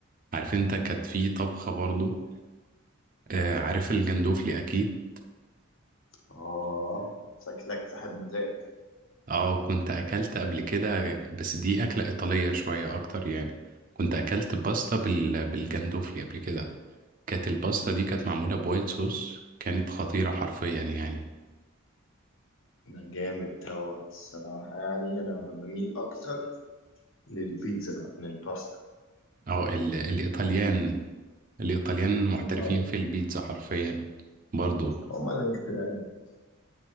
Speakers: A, on the right (about 40°); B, on the left (about 65°).
A: عارف انت كانت في طبخة برضو آه، عارف الجندوفلي اكيد
B: آه شكلك صاحب مزاج
A: اه كنت اكلت قبل كده بس دي اكلة ايطالية شوية اكتر يعني كنت اكلت باستا بال... بالجندوفلي قبل كده كانت الباستا دي كانت معمولة بوايت صوص كانت خطيرة حرفيا يعني
B: ده جامد دوت الصراحة يعني أنا بميل أكتر للبيتزا من الباستا
A: اه ال... الايطاليان الايطاليان محترفين
B: اه
A: في البيتزا حرفيا برضو
B: هما اللي مخترعين